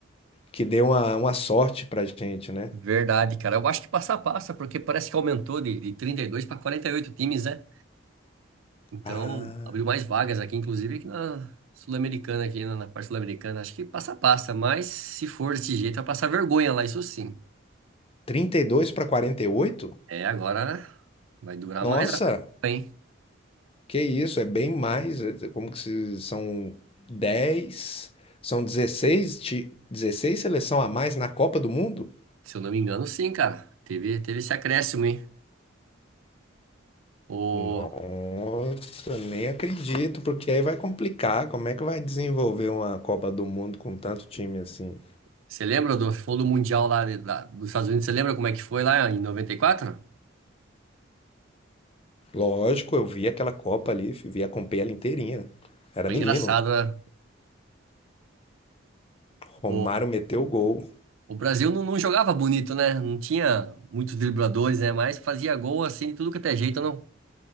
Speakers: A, on the left (about 30°); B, on the right (about 80°).
A: que dê uma, uma sorte pra gente, né?
B: Verdade, cara. Eu acho que passa a passa, porque parece que aumentou de, de 32 para 48 times, né? Então,
A: Ah,
B: abriu mais vagas aqui, inclusive aqui na Sul-Americana, aqui na, na parte Sul-Americana. Acho que passa a passa, mas se for desse jeito, vai passar vergonha lá, isso sim.
A: 32 pra quarenta e oito
B: É, agora vai durar
A: Nossa!
B: mais essa Copa, hein?
A: Que isso, é bem mais. é é, Como que se são 10, são 16, ti- 16 seleção a mais na Copa do Mundo?
B: Se eu não me engano, sim, cara. Teve, teve esse acréscimo, hein? O,
A: Nossa, nem acredito, porque aí vai complicar. Como é que vai desenvolver uma Copa do Mundo com tanto time assim?
B: você lembra do, foi do Mundial lá, de- lá dos Estados Unidos? Você lembra como é que foi lá em noventa e quatro
A: Lógico, eu vi aquela Copa ali, fi, vi, acompanhei ela inteirinha. Era
B: Foi
A: menino.
B: engraçado,
A: Romário
B: né?
A: meteu o gol.
B: O Brasil não, não jogava bonito, né? Não tinha muitos dribladores, né? Mas fazia gol assim, de tudo que até jeito, não.